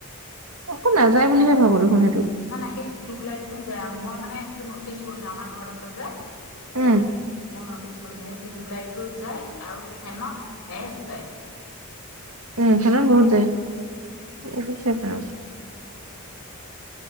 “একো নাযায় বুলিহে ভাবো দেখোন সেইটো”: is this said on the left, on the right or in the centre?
Right